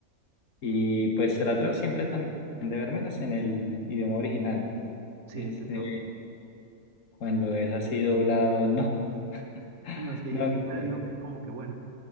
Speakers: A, on the left; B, on the right.
A: y pues trato siempre también de vérmelas en el idioma original.
B: Sí,
A: Este,
B: yo también.
A: cuando es así doblado, no, <laughs>
B: No, es que
A: no,
B: yo
A: no.
B: siempre
A: puedo.
B: digo que como que bueno.